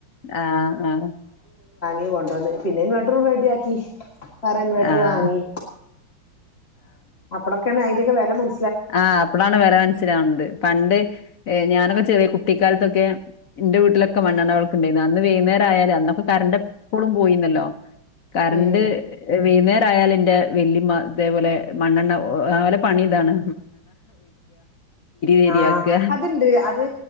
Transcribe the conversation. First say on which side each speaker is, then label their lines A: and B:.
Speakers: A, on the left (about 60°); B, on the left (about 30°).
A: ആ ആ
B: ഈ കൊണ്ടെന്ന് പിന്നെ ബെഡ്റൂം റെഡിയാക്കി വേറെ ഇൻവെട്ടർ
A: ആഹ്
B: വാങ്ങി അപ്ലക്കാണ് അയിന്റെ വേല മന
A: ആ അപ്ല ളാണ് വെല മനസ്സിലാകുന്നത് പണ്ട് ഞാനൊക്കെ ചെറിയ കുട്ടിക്കാത്തെക്കെ ന്റെവീട്ടിലൊക്കെ മണ്ണണ്ണ വെളക്ണ്ടായിന്നു അന്ന് വൈന്നേരായാല് അന്നൊക്കെ കറന്റ് എപ്പോളും പോയി നല്ലോ കാരന്റ്
B: ഉം
A: വൈന്നാ ഓലെ എന്റെ വല്യമ്മ ഇതേപോലെ മണ്ണെണ്ണ ഓല പണി താണ് തിരിയാക്കുക
B: ആ അതുണ്ട് അത്